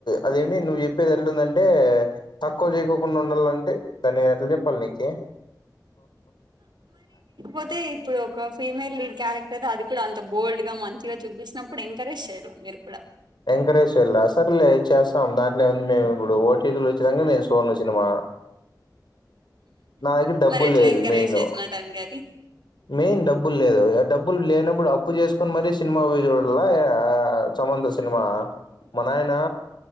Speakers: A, on the left; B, on the right.
A: అదేమి నువ్వు చెప్పేద్ ఎట్లుందంటే తక్కువ చేకోకుండా ఉండాలం టే దాన్నీ ఎట్ల చెప్పాల్ నీకీ
B: పోతే ఇప్పుడు ఒక ఫీమెల్ లీడ్ క్యారెక్టర్ అది కూడా అంత బోల్డ్గ మంచిగ చూపిచినప్పుడు ఎంకరేజ్ చేయాల మీరు కూడ
A: ఎంకరేజ్ చెయ్యలా సర్లే చేస్తాం దాంట్లో ఏముంది మేం ఇప్పుడు ఓటీగు ఖచ్చితంగా నేను సూడను సినిమా నా దగ్గర్ డబ్బుల్
B: మరి ఎట్లా
A: లేదు
B: ఎంకరేజ్
A: మెయిను
B: చేసినట్టండి అది
A: మెయిన్ డబ్బుల్ లేదు ఏ డబ్బుల్ లేనప్పుడు అప్పు చేస్ కొన్ మరీ సినిమా జూడలా ఏ సమంత సి సినిమా మా నాయనా